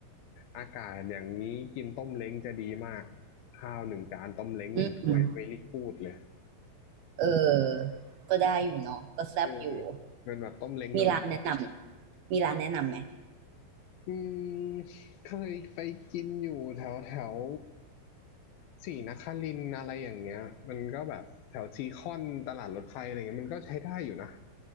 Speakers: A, on the left (about 75°); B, on the right (about 70°).
A: อากาศอย่างนี้กินต้มเล้งจะดีมากข้าวหนึ่งจานต้มเล้งหนึ่งถ้วยเวล่กูดเลย
B: อืมเออก็ได้อยู่เนาะก็แซ่บอยู่
A: เออเป็นแบบต้มเล้งแล้วแบบ
B: มีร้านแนะนำมีร้านแนะนำไหม
A: อืมเคยไปกินอยู่แถวแถวศรีนครินทร์อะไรอย่างเงี้ยมันก็แบบแถวซีคอนตลาดรถไฟอะไรเงี้ยมันก็ใช้ได้อยู่นะ